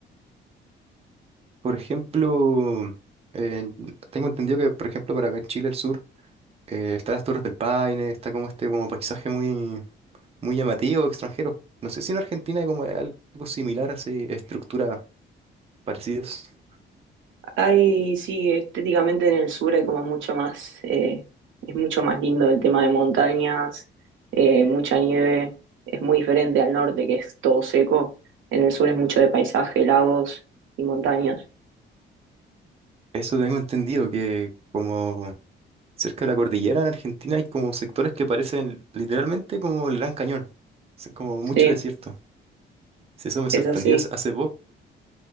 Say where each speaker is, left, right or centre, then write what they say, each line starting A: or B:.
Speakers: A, on the right; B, on the right.
A: por ejemplo, eh, tengo entendido que por ejemplo para acá en Chile, el sur, eh, están las Torres del Paine, está como este como paisaje muy muy llamativo, extranjero. No sé si en Argentina hay como algo similar, así, estructuras parecidas.
B: Hay, sí, estéticamente en el sur hay como mucho más, eh, es mucho más lindo el tema de montañas, eh, mucha nieve, es muy diferente al norte que es todo seco. En el sur es mucho de paisaje, lagos y montañas.
A: Eso tengo entendido, que como cerca de la cordillera en Argentina hay como sectores que parecen literalmente como el Gran Cañón. Es como mucho
B: Sí,
A: desierto. Sí, Eso me
B: es
A: sorprendió
B: así.
A: hace, hace poco.